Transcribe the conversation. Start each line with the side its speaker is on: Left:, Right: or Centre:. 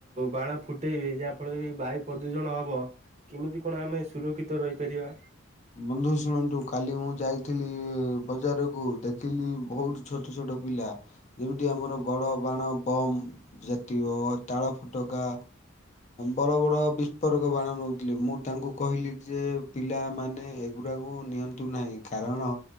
Right: ବାଣ ଫୁଟ ଫୁଟେଇବେ ଯାହା ଫଳରେ ବାୟୁ ପ୍ରଦୂଷଣ ହବ କେମିତି କଣ ଆମେ ସୁରକ୍ଷିତ ରହିପାରିବା?
Left: ବନ୍ଧୁ ଶୁଣନ୍ତୁ କାଲି ମୁଁ ଯାଇଥିଲି ବଜାରକୁ ଦେଖିଲି ବହୁତ ଛୋଟ ଛୋଟ ପିଲା ଯେମିତି ଆମର ବଡ଼ ବାଣ ବମ୍ ଜାତୀୟ ତାଳ ଫୋଟକା ବଡ଼ ବଡ଼ ବିସ୍ଫୋରକ ବାଣ ନେଉଥିଲି ମୁଁ ତାଙ୍କୁ କହିଲି ଯେ ପିଲାମାନେ ମାନେ ଏଗୁଡ଼ାକୁ ନିଅନ୍ତୁ ନାହିଁ କାରଣ